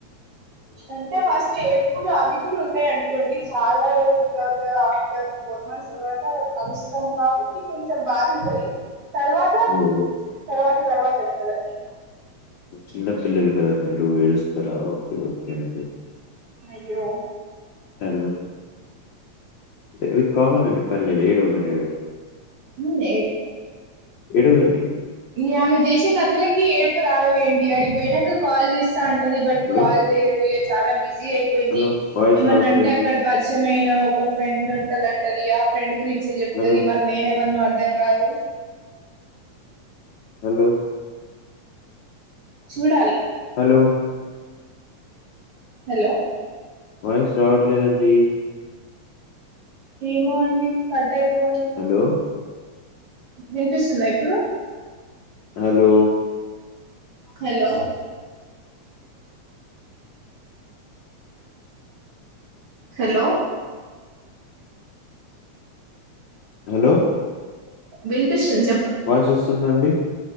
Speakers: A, on the right (about 50°); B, on the left (about 70°).
A: అంటే ఫస్ట్ ఎడుపులు అవి కూడా ఉంటాయి అనుకోండి చాలా రోజులు తర్వాత ఆఫ్టర్ ఫోర్ మంత్స్ తర్వాత కలుస్తం కాబట్టి కొంచెం బాధ ఉంటది తర్వాత
B: చేస్తారో
A: తర్వాత తర్వాత ఉంటదండి
B: చిన్న పిల్లలు కదా మీరు ఏడుస్తారా? ఓకే అండి
A: అయ్యో
B: అ అది కామన్ అ పర్లేదు ఏడవకండి
A: ఉమ్
B: ఏడవకండి
A: ఇంగ ఆమె చేసే కథలకి ఏడుపు రాదులేండి అడిపోయినక కాల్ చేస్తా అంటది బట్
B: హలో!
A: కాల్ చేయదు చాలా బిజీ అయిపోయింది
B: హలో వాయిస్
A: ఏమన్నా
B: రావట్లేదండి.
A: అంటే అక్కడ పరిచయం అయినా ఒక ఫ్రెండ్ ఉంటదంటది ఆ ఫ్రెండ్ గురి తది చెప్తది
B: హలో
A: మారి నేనెవరు దం గాదు
B: హలో
A: చూడాలి
B: హలో
A: హలో
B: వాయిస్ రావట్లేదండి
A: ఏమో అండి క టై పోయిన్
B: హలో
A: వినిపిస్తుందా ఇప్పుడు
B: హలో
A: హలో హలో
B: హలో
A: విన్పిస్న్ స
B: వాయిస్ వస్సుదండి